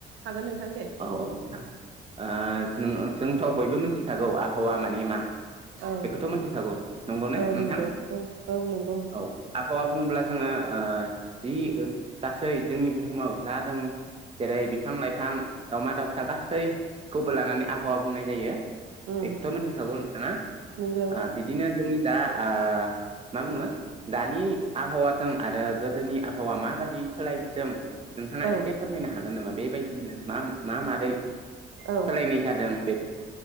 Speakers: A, on the right; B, on the right.
A: हागोन नोंथां दे।
B: औ औ नोंथां ओ जोंथ' बयबो मिथिखागौ आबहावा माने मा
A: औ
B: बेखौथ' मोनथिखागौ नंगौ ने
A: औ
B: नोंथां
A: नंगौ औ औ नंगौ
B: औ आबहावा बुङोब्ला जोङो ओ जि गासै जोंनि बुहुमाव जादों जेरै बिफां लाइफां दावमा दाउसा गासैखौबो लानानै आबहावा बुंनाय जायो।
A: उम
B: एखौथा मिथिखागौ नोंथाङा
A: नंगौ
B: ओ बिदिनो जोंनि दा ओ मा बुङो दानि आबहावाजों आरो गोदोनि आबहावा मा माबादि सोलायदों नोंथाङा
A: औ
B: एसे फोरमायनो हागोन नामा बेबायदिनो मा मा मारै
A: औ
B: सोलायनाय जादों बे